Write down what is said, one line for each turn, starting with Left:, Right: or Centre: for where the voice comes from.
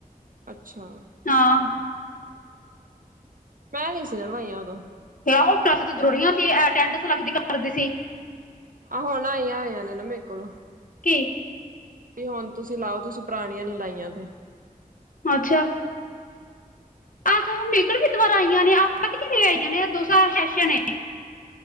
Right: ਅੱਛਾ
Left: ਹਾਂ।
Right: ਮੈਂ ਨੀ ਸੀ ਨਾ ਨਵਾਈਆਂ ਉਦੋਂ
Left: ਕ ਉਹ ਕਲਾਸਾਂ ਤੇ ਜੂੜੀਆਂ ਸੀ ਅਟੈਡਸ ਲੱਗਦੀ ਕਰਦੀ ਸੀ।
Right: ਆਹੋ ਹੁਣ ਆਈਆਂ ਆਇਆਂ ਨੇ ਨਾ ਮੇਰੇ ਕੋਲੋਂ
Left: ਕੀ
Right: ਵੀ ਹੁਣ ਤੁਸੀਂ ਲਓ ਤੁਸੀਂ ਪੁਰਾਣੀਆਂ ਨੀ ਲਾਈਆਂ ਤੇ
Left: ਅੱਛਾ। ਅ ਹਮੇਕਲਦਵ ਆਈਆਂ ਨੇ ਆਪਤੀ ਆਈਆਂ ਨੇ ਦੁਸਰਾ ਸੈਸ਼ਨ ਨੇ